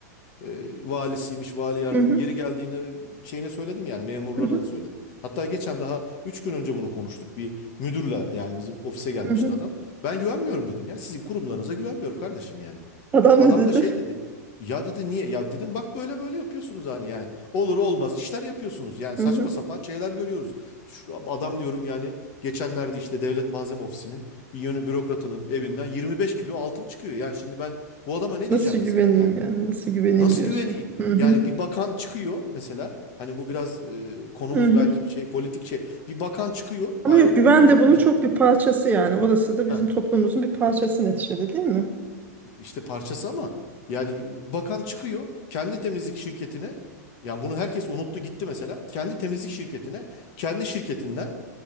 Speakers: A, on the left (about 45°); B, on the right (about 20°).
A: e, valisiymiş, vali yardım.
B: Hı hı.
A: Yeri geldiğinde şeyine söyledim yani memurlarına
B: Hı hı.
A: da söyledim. Hatta geçen daha 3 gün önce bunu konuştuk. Bir müdürle yani bizim ofise gelmişti
B: Hı hı.
A: adam. Ben güvenmiyorum dedim ya. Sizin kurumlarınıza güvenmiyorum kardeşim yani.
B: Adam
A: Adam
B: ne dedi?
A: da şey dedi. Ya dedi niye? Ya dedim bak böyle böyle yapıyorsunuz hani yani. Olur olmaz işler yapıyorsunuz. Yani
B: Hı
A: saçma
B: hı.
A: sapan şeyler görüyoruz. Şu adam diyorum yani geçenlerde işte Devlet Malzeme Ofisi'nin bir yönü bürokratının evinden 25 kilo altın çıkıyor. Yani şimdi ben bu adama ne
B: Nasıl
A: diyeceğim
B: güveneyim
A: mesela? Yani
B: yani? Nasıl güveneyim
A: Nasıl
B: diyorsun.
A: güveneyim?
B: Hı hı.
A: Yani bir bakan çıkıyor mesela. Hani bu biraz e, konumuz
B: Hı hı.
A: belki bir şey politik şey. Bir bakan çıkıyor.
B: Ama
A: Ay,
B: yok
A: e,
B: güven de bunun
A: bir şey.
B: çok bir parçası yani. Orası da bizim
A: Ha,
B: toplumumuzun bir parçası neticede değil mi?
A: e, işte parçası ama yani bakan çıkıyor kendi temizlik şirketine. Yani bunu herkes unuttu gitti mesela. Kendi temizlik şirketine, kendi şirketinden